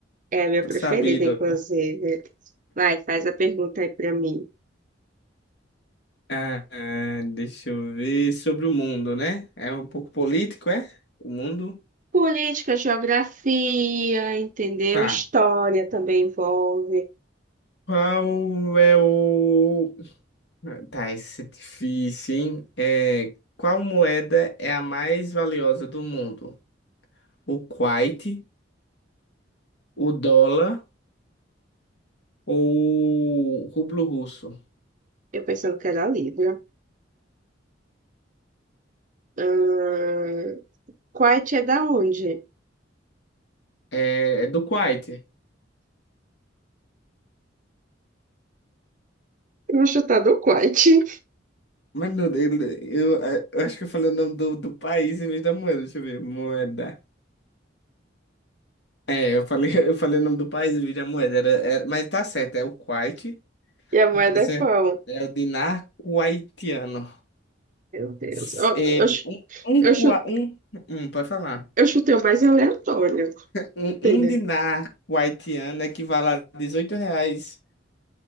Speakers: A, on the right (about 45°); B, on the left (about 65°).
A: é a minha
B: Tô
A: preferida,
B: sabido.
A: inclusive. Vai, faz a pergunta aí pra mim.
B: Ah, ah, deixa eu ver sobre o mundo, né? É um pouco político, é? O mundo?
A: Política, geografia, entendeu?
B: Tá.
A: História também envolve.
B: Qual é o. Tá, esse é difícil, hein? É, qual moeda é a mais valiosa do mundo? O Kuwait, o dólar ou o rublo russo?
A: Eu pensando que era Libra. Ahn, Quite é da onde?
B: É, é do Kuwait.
A: Eu vou chutar do Quite.
B: Mas, meu Deus, eu, eu acho que eu falei o nome do, do país em vez da moeda. Deixa eu ver. Moeda. É, eu falei, <laughs> eu falei o nome do país, do vídeo da moeda, era, era- mas tá certo, é o Kuwait,
A: E a moeda
B: no caso
A: é
B: é,
A: qual?
B: é o dinar kuwaitiano.
A: Meu Deus.
B: S-
A: Eu,
B: É,
A: eu, chu-
B: um, um,
A: eu
B: kua-
A: chu-
B: um, um, pode falar.
A: eu chutei o mais aleatório.
B: Um,
A: entendeu?
B: um dinar kuwaitiano equivale a 18 reais